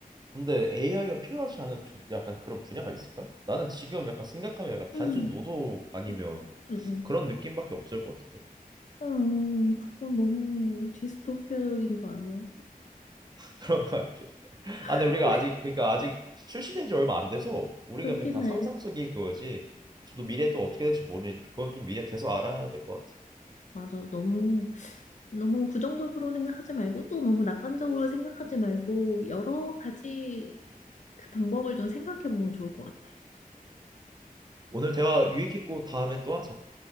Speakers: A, on the right; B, on the left.
A: 근데 AI가 필요하지 않은 조- 약간 그런 분야가 있을까? 나는 지금 약간 생각하면 약간 단순
B: 음,
A: 노동 아니면
B: 음, 음,
A: 그런 느낌밖에 없을 것 같은데
B: 음. 어, 그건 너무 디스토피아적인 거 아니야?
A: <laughs> 그런 것 같긴. 해.
B: <laughs>
A: 아, 근데 우리가 아직 그러니까 아직 출시된 지 얼마 안 돼서 우리가
B: 그렇긴
A: 그냥 다
B: 해.
A: 상상 속일 그거지. 저도 미래 또 어떻게 될지 모르니까 그건 좀 미래 돼서 알아야 될 것 같아.
B: 맞아. 너무, 너무 부정적으로 생각하지 말고 또 너무 낙관적으로 생각하지 말고 여러 가지 그 방법을 좀 생각해 보면 좋을 것 같아.
A: 오늘 대화 유익했고 다음에 또 하자.